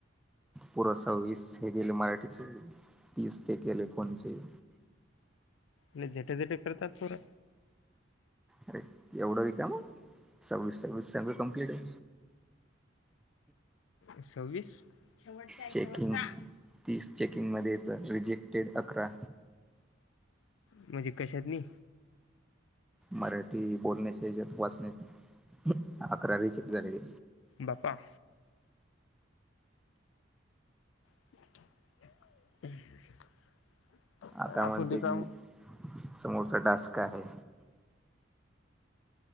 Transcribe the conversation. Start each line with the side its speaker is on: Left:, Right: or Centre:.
Centre: थोडंसा वीस हे केेले मराठीचे तीस ते केेले कोणचे
Left: लय झटा झटा करतात पोरं.
Centre: अरे, एवढं रीकाम, सव्वीस सव्वीस सगळ कम्प्लीट हाय.
Left: सव्वीस शेवटचा आहे
Centre: चेकिंग
Left: शेवटचा.
Centre: तीस चेकिंगमध्ये येत, रिजेक्टेड अकरा
Left: म्हणजे कशात ले
Centre: मराठी बोलण्याचा हयाच्यात, वाचण्याचे अकरा रिजेक्ट झाले.
Left: बाप्पा <unintelligible>
Centre: आता
Left: आपण
Centre: म्हणते
Left: रिकाम
Centre: की समोरचा टास्क आहे.